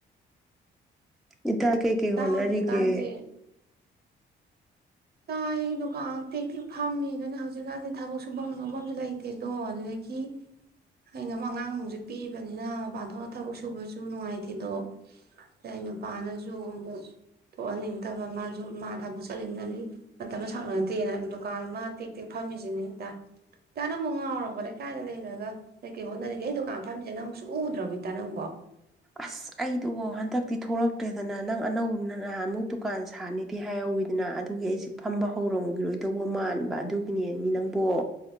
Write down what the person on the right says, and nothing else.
ꯏꯇꯥ
ꯍꯧꯖꯤꯛꯀꯥꯟꯁꯦ ꯇꯥꯏ ꯑꯩ ꯗꯨꯀꯥꯟ ꯇꯦꯛ ꯇꯦꯛ ꯐꯝꯃꯤ ꯑꯗꯨꯅ ꯍꯧꯖꯤꯛꯀꯥꯟꯗꯤ ꯊꯕꯛ ꯁꯨꯐꯝ ꯅꯣꯐꯝꯁꯨ ꯂꯩꯇꯦꯗꯣ ꯑꯗꯨꯗꯒꯤ ꯑꯩꯅ ꯑꯃꯛ ꯑꯉꯥꯡ ꯅꯨꯡꯁꯨ ꯄꯤꯏꯕꯅꯤꯅ ꯃꯄꯥꯟ ꯊꯣꯛꯅ ꯊꯕꯛ ꯁꯨꯕꯁꯨ ꯅꯨꯡꯉꯥꯏꯇꯦꯗꯣ ꯑꯗꯩ ꯅꯨꯄꯥꯅꯁꯨ ꯑꯃꯨꯛ ꯊꯣꯛꯍꯟꯅꯤꯡꯗꯕ ꯃꯥꯁꯨ ꯃꯥ ꯊꯕꯛ ꯆꯠꯂꯤꯂꯕꯥꯅꯤꯅꯥ ꯃꯇꯝꯗꯣ ꯁꯪꯅꯗꯦꯅ ꯗꯨꯀꯥꯟ ꯑꯃ ꯇꯦꯛ ꯇꯦꯛ ꯐꯝꯃꯤꯁꯤꯅꯦ ꯏꯇꯥ ꯏꯇꯥ ꯅꯪꯕꯨ ꯉꯥꯎꯔꯕꯣ ꯂꯩꯀꯥꯏꯗ ꯂꯩꯔꯒ ꯀꯀꯩ ꯍꯣꯠꯅꯔꯤꯒꯦ ꯑꯩ ꯗꯨꯀꯥꯟ ꯐꯝꯃꯤꯁꯦ ꯅꯪꯕꯨ ꯁꯨꯡꯎ ꯎꯗ꯭ꯔꯕꯣ ꯏꯇꯥ ꯅꯪꯕꯣ